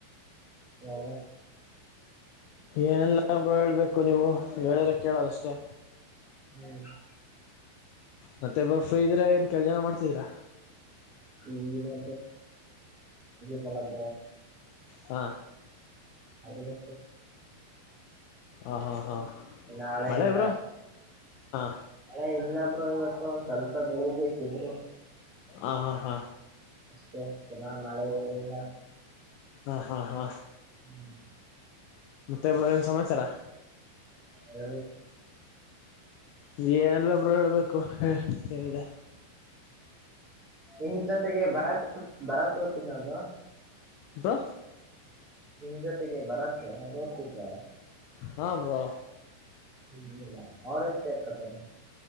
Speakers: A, on the right (about 45°); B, on the left (about 85°).
A: ಹ
B: ಏನಲ್ಲ ಬ್ರೋ ಹೇಳ್ಬೇಕು ನೀವು ಹೇಳಿದ್ರೆ ಕೇಳಾರಷ್ಟೇ
A: ಹ್ಮ್
B: ಮತ್ತೆ ಇಬ್ಬ ಫ್ರೀ ಇದೀರ ಏನು ಕೆಲ ಜನ ಮಾಡ್ತಿದೀರಾ
A: ಹೆ ನಿ ಕಲ್ರ
B: ಹಾ
A: ಅದಿನ
B: ಆಾ ಹಾ ಹಾ
A: ನಾಳೆ
B: ಮಳೆ
A: ಎಂದ
B: ಬ್ರೋ ಹಾ
A: ಹ ಇಲ್ಲೊಬ್ರು ಇವತ್ತು ಒಂದ್ ಸ್ವಲ್ಪ ಬೆಳಿಗ್ಷ್ಟಿದ್ರು
B: ಆ ಹಾ ಹಾ
A: ಅಷ್ಟೇ ಜನ ಮಳೆ ಏನಿಲ್ಲ
B: ಹಾ ಹಾ ಹಾ
A: ಹ್ಮ್
B: ಮತ್ತೆ ಬರನ್ ಸಮಯ ಚಲ್ಲಾಗ
A: ಎ
B: ನೀ ಏನೆಲ್ಲೊಬ್ರು ಹೇಳ್ಬೇಕು ಹೇಳಿದೆ
A: ನಿನ್ ಜೊತೆಗೆ ಬರ ಬರ ತೋತನದು
B: ಬಾ
A: ನಿಮ ಜೊತೆಗೆ ಬರತ್ತೆ ಅವ್ ನೋಡ್ತಿದ್ರ
B: ಹಾ ಬ್ರೋ
A: ಹ್ಮ ಇಲ್ಲ ಅವ್ರ ರತ ಇರ್ಕತಾರೆ